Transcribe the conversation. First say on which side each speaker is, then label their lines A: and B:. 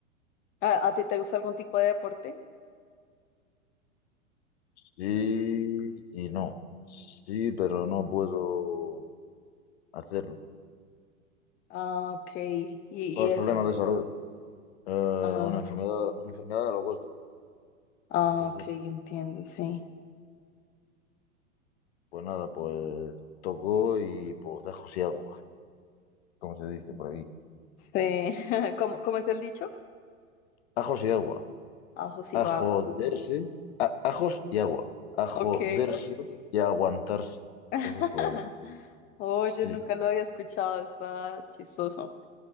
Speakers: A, on the left; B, on the left.
A: ¿A, a ti te gusta algún tipo de deporte?
B: Sí y no. Sí, pero no puedo hacerlo.
A: Ah, ok. Y, y
B: Por
A: eso.
B: problemas de salud. Eh,
A: Ah,
B: una enfermedad, una enfermedad de los huesos.
A: ah,
B: Entonces,
A: ok, entiendo, sí.
B: pues nada, pues tocó y pues ajos y agua, como se dice por aquí.
A: Sí. <laughs> ¿Cómo, cómo es el dicho?
B: Ajos y agua.
A: Ajo y
B: A
A: baba.
B: joderse, a- ajos y agua. A joderse
A: Ok.
B: y a aguantarse.
A: <laughs>
B: Entonces, pues
A: Oye,
B: sí.
A: nunca lo había escuchado, está chistoso.